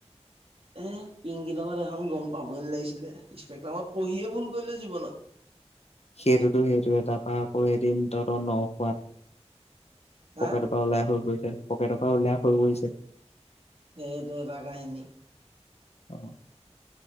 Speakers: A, on the right (about 55°); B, on the left (about 65°).
A: এ পিংকিৰ লগত এখন গম পাবই লাগিছিলে সস্পেক্ট্ৰামত পঢ়িয়ে ভুল কৰিলো জীৱনত।
B: সেইটোতো সেইটো এ তাৰপা আকৌ এদিন তহঁতৰ ন ৱাত
A: হা
B: পকেটৰ পৰা ওলাই হৈ গছে পকেটৰ পৰা উল্লোস হৈ পৰিছে।
A: সেইটো এটা কাহিনী।
B: অ।